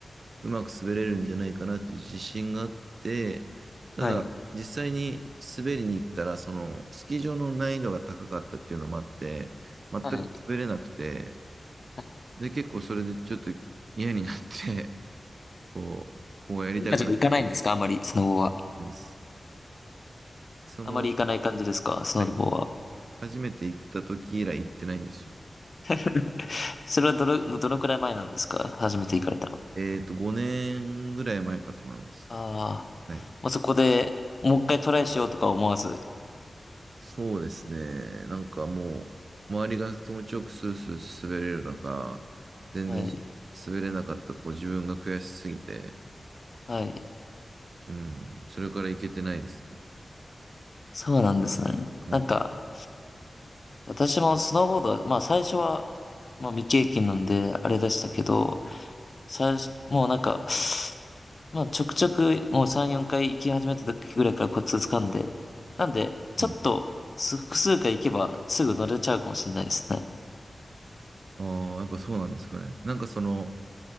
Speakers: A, on the right; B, on the left.
A: うまく滑れるんじゃないかなっていう自信があって、ただ、
B: はい。
A: 実際に滑りに行ったら、そのスキー場の難易度が高かったっていうのもあって、全く滑れなくて、
B: はい。はい
A: で、結構それでちょっと嫌になってこう、もうやりたくないって
B: 今じゃ行かないんですかあまり、スノボは。
A: 言ったんです。その、
B: あまり行かない感じですかスノボは。
A: はい、初めて行った時以来行ってないんですよ。
B: <laughs> それはどの、どのくらい前なんですか初めて行かれたの
A: えっと、5年ぐらい前かと思います。
B: ああ、
A: はい。
B: もうそこでもう一回トライしようとか思わず。
A: そうですね。なんかもう、周りが気持ちよくスースー滑れる中、全然
B: はい。
A: 滑れなかったこう自分が悔しすぎて、
B: はい。
A: うん、それから行けてないです。
B: そうなんですね。
A: はい。
B: なんか、
A: はい。
B: 私もスノーボードは、まあ最初は、まあ未経験なんであれでしたけど、最初、もうなんか、<sighs> まあちょくちょくもう3、4回行き始めた時ぐらいからコツ掴んで、なんで、ちょっとす複数回行けばすぐ乗れちゃうかもしれないですね。
A: はいああ、やっぱそうなんですかね。なんかその、